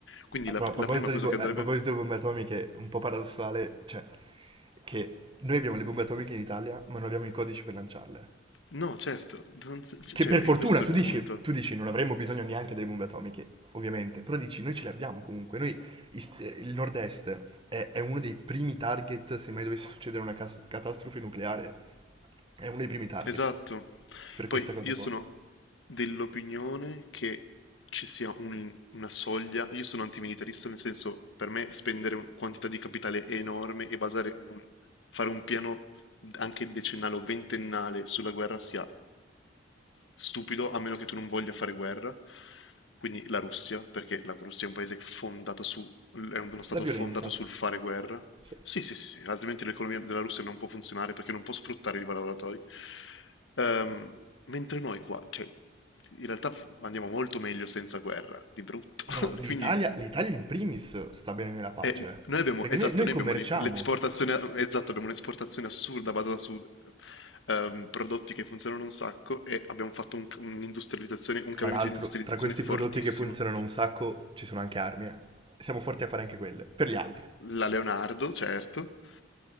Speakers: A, on the left; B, on the right.
A: Quindi
B: A,
A: la,
B: pro- a proposito
A: la prima cosa
B: di, bo-
A: che
B: eh,
A: andrebbe...
B: a proposito di bombe atomiche, un po' paradossale, cioè, che noi abbiamo le bombe atomiche in Italia, ma non abbiamo i codici per lanciarle.
A: No, certo, non- cioè,
B: Che per
A: è
B: fortuna,
A: questo
B: tu
A: il
B: dici,
A: punto.
B: tu dici, non avremmo bisogno neanche delle bombe atomiche, ovviamente, però dici, noi ce le abbiamo comunque, noi, is- eh, il nord-est è, è uno dei primi target, se mai dovesse succedere una cas- catastrofe nucleare, è uno dei primi target
A: Esatto.
B: per
A: Poi
B: questa cosa
A: io
B: qua.
A: sono dell'opinione che ci sia un- una soglia, io sono antimilitarista nel senso per me spendere un- quantità di capitale enorme e basare un- fare un piano anche decennale o ventennale sulla guerra sia stupido, a meno che tu non voglia fare guerra. Quindi la Russia, perché la Russia è un paese fondato su, è uno stato
B: La violenza.
A: fondato sul fare guerra.
B: Sì.
A: Sì, sì, sì, sì, altrimenti l'economia della Russia non può funzionare perché non può sfruttare i lavoratori. Ehm, mentre noi qua, cioè, in realtà andiamo molto meglio senza guerra, di brutto.
B: No, no,
A: <laughs>
B: l'Italia,
A: Quindi
B: l'Italia in primis sta bene nella pace,
A: eh, noi abbiamo,
B: perché
A: esatto,
B: noi, noi
A: noi
B: commerciamo.
A: abbiamo l'i- l'esportazione, esatto, abbiamo un'esportazione assurda basata su ehm, prodotti che funzionano un sacco e abbiamo fatto un, un'industrializzazione, un
B: Tra
A: cambiamento
B: l'altro,
A: di industrializzazione
B: tra questi
A: fortissimo.
B: prodotti che funzionano un sacco ci sono anche armi, eh. Siamo forti a fare anche quelle, per gli altri. <laughs>
A: La Leonardo, certo.